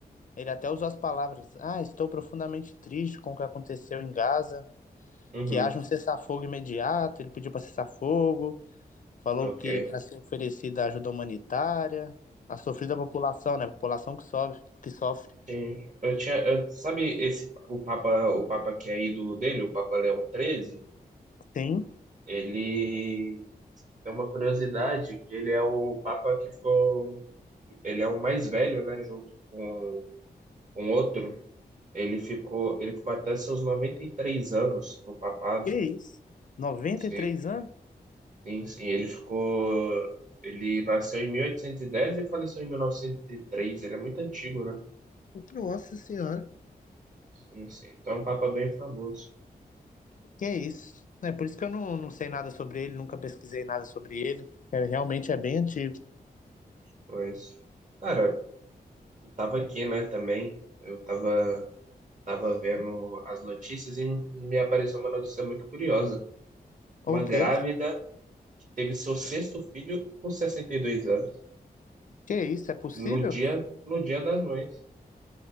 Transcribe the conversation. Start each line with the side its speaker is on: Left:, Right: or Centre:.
Left: Ele até usou as palavras: Ah, estou profundamente triste com o que aconteceu em Gaza,
Right: uhum,
Left: que haja um cessar-fogo imediato. Ele pediu para cessar-fogo, falou
Right: ok.
Left: que para ser oferecida ajuda humanitária, a sofrida população, né, a população que sofre, que sofre.
Right: Sim, eu tinha, eu- sabe esse o Papa, o Papa que é ídolo dele, o Papa Leão XIII,
Left: Sim,
Right: ele tem uma curiosidade que ele é o Papa que ficou, ele é o mais velho, né, junto com, um outro. Ele ficou, ele ficou até seus 93 anos no papado.
Left: que isso? 93
Right: Sim,
Left: anos?
Right: sim, sim, ele ficou, ele nasceu em mil oitocentos e dez e faleceu em mil novecentos e três Ele é muito antigo, né?
Left: Nossa senhora.
Right: Sim, sim. Então é um Papa bem famoso.
Left: Que é isso? É por isso que eu não, não sei nada sobre ele, nunca pesquisei nada sobre ele. É, realmente é bem antigo.
Right: Pois. Cara, Eu tava aqui, né, também. Eu tava, tava vendo as notícias e me apareceu uma notícia muito curiosa.
Left: O
Right: Uma grávida
Left: quê?
Right: que teve seu sexto filho com 62 anos,
Left: Que é isso? É possível?
Right: no dia, no dia das mães.